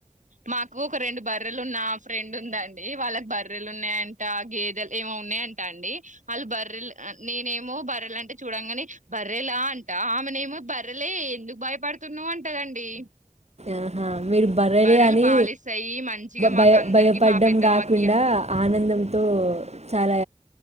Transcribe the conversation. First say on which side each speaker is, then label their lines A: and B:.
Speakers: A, on the right (about 85°); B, on the right (about 60°).
A: మాకు ఒక రెండు బర్రెలు ఉన్న ఫ్రెండ్ ఉందండి వాళ్ళకి బర్రెలు ఉన్నాయంట గేదెలు ఏమో ఉన్నాయంట అండి వాళ్ళు బర్రెలు నేనేమో బర్రెలు అంటే చూడంంగాని బర్రెలా అంట ఆమెను ఏమో బర్రలే ఎందుకు భయపడుతున్నావు అంటదండి
B: ఆహా మీరు బర్రలే
A: బర్రెలు
B: అని
A: పాలిస్తాయి మంచిగా మాకు
B: భయ
A: అందరికి
B: భయపడ్డం
A: మా పెద్దమ్మకి
B: కాకుండా ఆనందంతో చాలా